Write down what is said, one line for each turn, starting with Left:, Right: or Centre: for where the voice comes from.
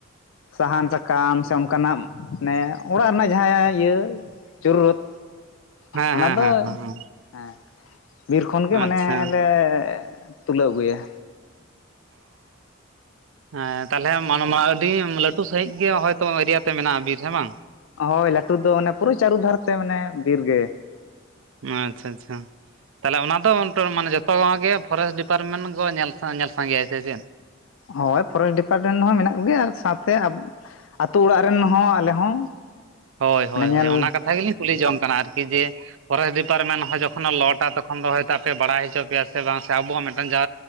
Left: ᱥᱟᱦᱟᱱ, ᱥᱟᱠᱟᱢ ᱥᱮ ᱚᱱᱠᱟᱱᱟᱜ ᱢᱟᱱᱮ ᱚᱲᱟᱜ ᱨᱮᱱᱟᱜ ᱡᱟᱦᱟᱸ ᱤᱭᱟᱹ ᱡᱩᱨᱨᱩᱛ᱾
Right: ᱦᱮᱸ
Left: ᱚᱱᱟ
Right: ᱦᱮᱸ
Left: ᱫᱚ
Right: ᱦᱮᱸ ᱦᱮᱸ
Left: ᱦᱮᱸ ᱵᱤᱨ ᱠᱷᱚᱱ ᱜᱮ ᱢᱟᱱᱮ
Right: ᱟᱪᱪᱷᱟ
Left: ᱞᱮ ᱛᱩᱞᱟᱹᱣ ᱟᱹᱜᱩᱭᱟ᱾
Right: ᱚᱻᱦᱮᱸ ᱛᱟᱦᱚᱞᱮ ᱢᱟᱱᱮ ᱢᱟ ᱟᱹᱰᱤ ᱞᱟᱹᱴᱩ᱾ ᱛᱩ ᱥᱟᱹᱦᱤᱡ ᱜᱮ ᱦᱚᱭ ᱛᱚ ᱮᱨᱤᱭᱟ ᱛᱮ ᱢᱮᱱᱟᱜᱼᱟ ᱵᱤᱨ ᱦᱮ ᱵᱟᱝ?
Left: ᱦᱳᱭ ᱞᱟᱹᱴᱩ ᱫᱚ ᱚᱱᱮ ᱯᱩᱨᱟᱹ ᱪᱟᱹᱨᱩ ᱫᱷᱟᱨ ᱛᱮ ᱢᱟᱱᱮ ᱵᱤᱨ ᱜᱮ᱾
Right: ᱟᱸᱪᱼᱪᱷᱟ ᱟᱪᱷᱟ ᱛᱟᱦᱚᱞᱮ ᱚᱱᱟ ᱫᱚ ᱴᱚᱨ ᱢᱟᱱᱮ ᱡᱚᱛᱚ <inaudible> ᱜᱮ ᱯᱷᱚᱨᱮᱥ ᱰᱤᱯᱟᱨᱢᱮᱱ ᱜᱚ ᱧᱮᱞ ᱧᱮᱞ ᱥᱟᱸᱜᱮᱟᱭᱟ ᱥᱮ ᱪᱮᱫ?
Left: ᱦᱳᱭ ᱯᱷᱚᱨᱮᱥ ᱰᱤᱯᱟᱨᱴᱮᱱ ᱦᱚᱸ ᱢᱮᱱᱟᱜ ᱠᱚᱜᱮ ᱟᱨ ᱥᱟᱶᱛᱮ ᱟᱵ ᱟᱛᱳ ᱟᱚᱲᱟᱜ ᱨᱮᱱ ᱦᱚᱸ, ᱟᱞᱮ ᱦᱚᱸ᱾
Right: ᱦᱳᱭ ᱦᱳᱭ
Left: ᱢᱟᱱᱮ ᱧᱮᱞ
Right: ᱦᱳᱭ ᱚᱱᱟ ᱠᱟᱛᱷᱟ ᱜᱮᱞᱤᱧ ᱠᱩᱞᱤ ᱡᱚᱝ ᱠᱟᱱᱟ ᱟᱨᱠᱤ ᱡᱮ ᱯᱷᱚᱨᱮᱥ ᱰᱤᱯᱟᱨᱢᱮᱱ ᱦᱚᱸ ᱡᱚᱠᱷᱚᱱᱮ ᱞᱚᱴᱟ ᱛᱚᱠᱷᱚᱱ ᱫᱚ ᱦᱚᱭᱛᱳ ᱟᱯᱮ ᱵᱟᱲᱟᱭ ᱦᱚᱪᱚ ᱯᱮᱭᱟ ᱥᱮ ᱵᱟᱝ ᱥᱮ ᱟᱵᱚ ᱦᱚᱸ ᱢᱮᱜᱴᱮᱱ ᱡᱟ